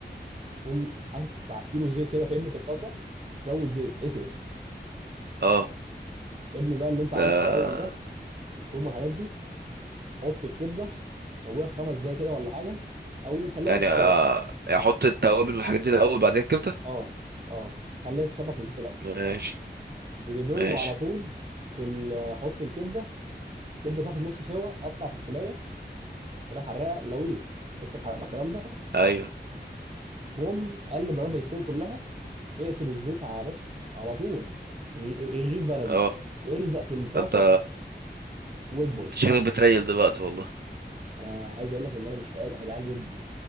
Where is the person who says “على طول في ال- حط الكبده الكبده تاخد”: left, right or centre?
Right